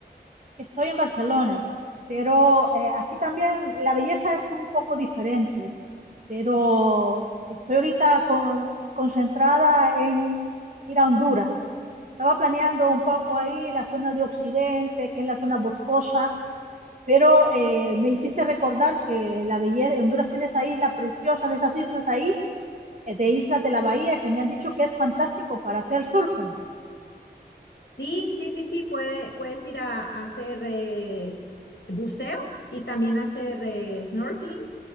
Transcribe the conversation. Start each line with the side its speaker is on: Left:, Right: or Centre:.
Right: Estoy en Barcelona, pero eh, aquí también la belleza es un poco diferente. pero estoy ahorita con- concentrada en ir a Honduras. Estaba planeando un poco ahí la zona de Occidente, que es la zona boscosa, pero eh, me hiciste recordar que la belleza, Honduras tiene esa isla preciosa, de esas islas ahí, eh, de Islas de la Bahía, que me han dicho que es fantástico para hacer surfing.
Left: Sí, sí, sí, sí, puede, puedes ir a, a hacer eh, buceo y también hacer eh, snorkeling.